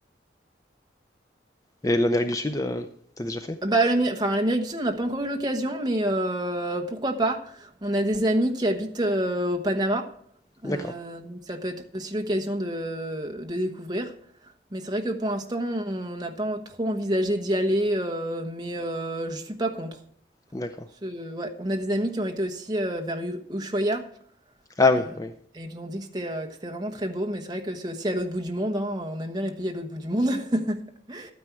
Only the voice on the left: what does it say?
Et l'Amérique du Sud, euh, t'as déjà fait?
D'accord,
d'accord.
Ah oui,
oui.